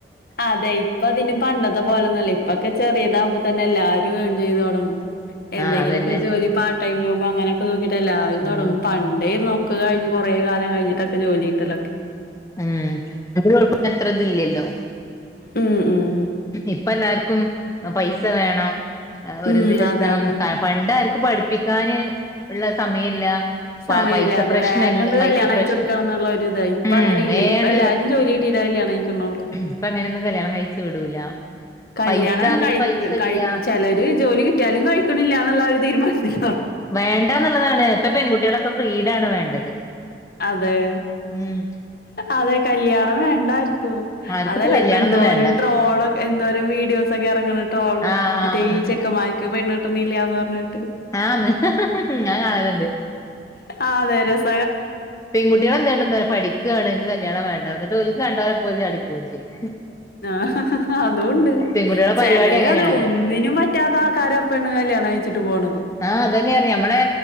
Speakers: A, on the left; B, on the left.
A: അതെ ഇപ്പൊ അതിന് പണ്ട അതപോലെന്നല്ല ഇപ്പൊക്കെ ചെറിയതാകുമ്പോ തന്നെ എല്ലാരും എൺ ചെയ്ത് തുടങ്ങും എന്തെങ്കിലുമൊക്കെ
B: ആഹ് അതന്നെ
A: ജോലി പാർട്ട് ടൈം ജോബോ അങ്ങനെയൊക്കെ നോക്കിട്ട എല്ലാരുംതു
B: ഉം
A: ടങ്ങും പണ്ടായിന്നോ ഒക്ക് കഴിഞ്റെേ കാലം കഴിഞ്ഞിട്ടൊക്കെ ജോലിയിട്ടൊക്കെ
B: ഉം <unintelligible> എത്ര ഇതില്ലല്ലോ
A: ഉം ഉം
B: ഇപ്പ എല്ലാർക്കും പൈസ വേണം ഒരിതിൽ
A: ഉം
B: എത്തണം
A: അതെ അതെ
B: പണ്ട പഠിപ്പിക്കാന് ഉള്ള സമയില്ല പ
A: സമയല്ലാതെ
B: പൈസ പ്രശ്ന
A: വേഗണ്ട്
B: ഇല്ല പൈസ
A: കല്യാണം
B: പ്രശ്നം
A: കഴിച്ചു കൊടുക്കണം എന്നുള്ള ഒരു ഇതാ ഇപ്പ
B: ഉം
A: അങ്ങനെ ഇല്ല
B: വേണ്
A: ഇപ്പ എല്ലാരും ജോലി കിട്ടിട്ടാ കല്യാണം കഴിക്കണുള്ളൂ
B: അപ്പ അങ്ങനെയൊന്നും കല്യാണം കഴച്ച് വിടൂല
A: കല്യാണം
B: പൈസ അന്ന്
A: കഴി
B: പൈസ
A: കഴി
B: ഇല്ല
A: ചിലര് ജോലി കിട്ടിയാലും കഴിക്കണില്ല എന്നുള്ള ഒരു തീരുമാനത്തി
B: വേണ്ടന്നുള്ളതാണ് ഇപ്പൊ പെൺകുട്ടികളൊക്കെ ഫ്രീടാണ് വേണ്ടത്
A: അതെ
B: ഉം
A: അതെ കല്യാണം വേണ്ട ആർക്കും
B: ആർക്കിപ്പ
A: അതല്ലേ
B: കല്യാണൊന്നും
A: ഇപ്പോ എന്ധോരം
B: വേണ്ട
A: ട്രോൾ എന്ദോ വീഡിയോസ് ഒക്കെ ഇറങ്ങണിട്ട്രോളും
B: ആഹ്
A: മറ്റേ ഈ
B: ഉം
A: ചെക്കമാർക്ക് പെണ്ണിട്ടണില്ലയന്ന് പറഞ്ഞി
B: ആന്ന് ഞാൻ കാണലുണ്ട്
A: ആതെ രസ
B: പെൺകുട്ടികൾ എന്താ കാട്ടിനെ ന്നോ പഠിക്കആണ് കല്യാണം വേണ്ട എന്നി ഒലക്ക് കണ്ടാലെ പോല ഓൾ ചാടി പോകയും ചെയ്യും.
A: ആഹ അതുംണ്ട്
B: പെൺകുട്ടികളെ
A: ചിലര്
B: പരിപാടി അങ്ങനെയാണറിയ
A: അത് ഒന്നിനും പറ്റാത്ത ആൾക്കാരപ്പണ അല്ലേ കണ അയച്ചട്ട് പോണുന്നത്
B: ആഹ അതന്നെ അറിയാം നമ്മള